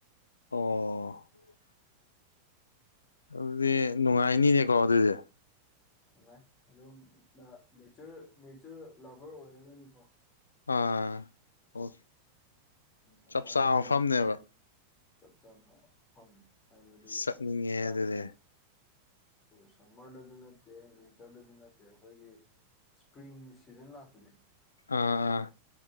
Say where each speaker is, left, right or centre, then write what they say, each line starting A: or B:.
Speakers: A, on the left (about 75°); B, on the left (about 25°).
A: ꯑꯣ ꯑꯗꯨꯗꯤ ꯅꯨꯡꯉꯥꯏꯅꯤꯅꯦꯀꯣ ꯑꯗꯨꯗꯤ
B: ꯅꯨꯡꯉꯥꯏ ꯑꯗꯨꯝ ꯅ ꯅꯦꯆꯔ ꯅꯦꯆꯔ ꯂꯚꯔ ꯑꯣꯏꯔꯒꯅꯤꯀꯣ
A: ꯑꯥ ꯑꯣ
B: ꯑꯗꯨꯃꯥꯏꯅ
A: ꯆꯞ ꯆꯥꯕ
B: ꯑꯣꯏꯔꯒꯗꯤ
A: ꯃꯐꯝꯅꯦꯕ
B: ꯅꯍꯥꯟ ꯆꯞ ꯆꯥꯕ ꯃꯐꯝꯅꯤ ꯍꯥꯏꯕꯗꯤ
A: ꯆꯠꯅꯤꯡꯉꯦ
B: ꯌꯥꯝ
A: ꯑꯗꯨꯗꯤ
B: ꯑꯗꯨ ꯁꯝꯃꯔꯗꯖꯨ ꯅꯠꯇꯦ ꯋꯤꯟꯇꯔꯗꯖꯨ ꯅꯠꯇꯦ ꯑꯩꯈꯣꯏꯒꯤ ꯏꯁꯄ꯭ꯔꯤꯡ ꯁꯤꯖꯟ ꯂꯥꯛꯄꯖꯦ
A: ꯑꯥ ꯑꯥ